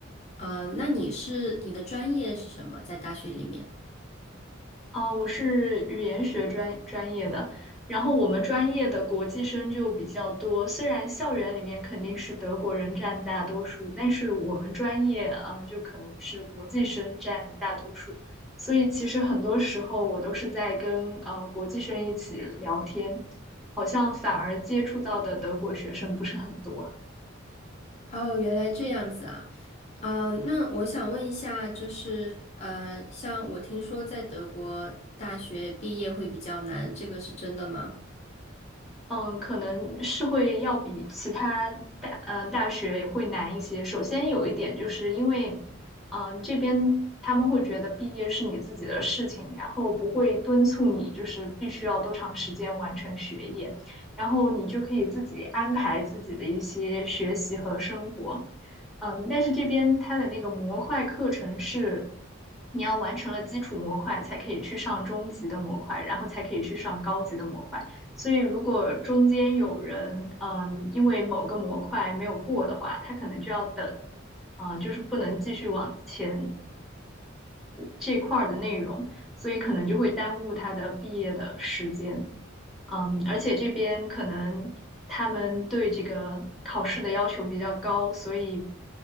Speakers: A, on the left (about 35°); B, in the centre.
A: 呃，那你是你的专业是什么？在大学里面？
B: 哦，我是语言学专专业的，然后我们专业的国际生就比较多。虽然校园里面肯定是德国人占大多数，但是我们专业呃就可能是国际生占大多数，所以其实很多时候我都是在跟呃国际生一起聊天，好像反而接触到的德国学生不是很多。
A: 哦，原来这样子啊。啊，那我想问一下，就是呃，像我听说在德国大学毕业会比较难，这个是真的吗？
B: 嗯，可能是会要比其他大嗯大学会难一些。首先有一点就是因为，嗯、这边他们会觉得毕业是你自己的事情，然后不会敦促你，就是必须要多长时间完成学业，然后你就可以自己安排自己的一些学习和生活。嗯，但是这边它的那个模块课程是，你要完成了基础模块才可以去上中级的模块，然后才可以去上高级的模块。所以如果中间有人嗯、因为某个模块没有过的话，他可能就要等，啊、就是不能继续往前这块儿的内容，所以可能就会耽误他的毕业的时间。嗯，而且这边可能他们对这个考试的要求比较高，所以